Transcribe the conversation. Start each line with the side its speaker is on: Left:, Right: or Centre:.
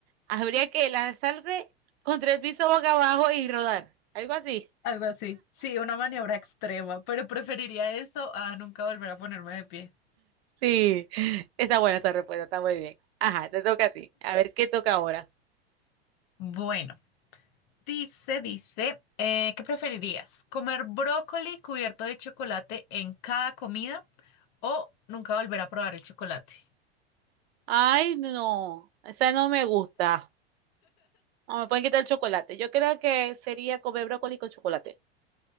Right: habría que lanzarse contra el piso boca abajo y rodar, algo así.
Left: Algo así. Sí, una maniobra extrema, pero preferiría eso a nunca volver a ponerme de pie.
Right: Sí, está buena esta respuesta, está muy bien. Ajá, te toca a ti. A ver, ¿qué toca ahora?
Left: Bueno, dice, dice, eh, ¿qué preferirías? ¿Comer brócoli cubierto de chocolate en cada comida o nunca volver a probar el chocolate?
Right: Ay, no, esa no me gusta. No, me pueden quitar el chocolate. Yo creo que sería comer brócoli con chocolate.